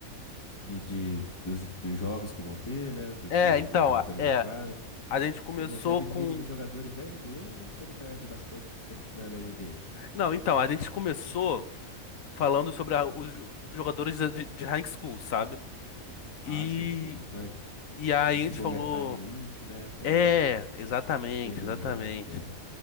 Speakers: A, on the left; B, on the left.
A: De, de, dos, dos jogos que vão ter, né? Do,
B: é,
A: de,
B: então,
A: dos jogadores
B: a- é,
A: na quadra.
B: a gente começou
A: Você recebe os
B: com,
A: vídeos dos jogadores da NBA ou só de um canal de basquete que você- que não é da NBA?
B: não, então, a gente começou falando sobre a- os jogadores de de- de high school, sabe?
A: Ah,
B: E
A: sim, sim. Muito mais.
B: E aí a gente
A: Tipo
B: falou,
A: Overtime Elite, né? Essa
B: é,
A: galera.
B: exatamente,
A: Beleza,
B: exatamente.
A: show.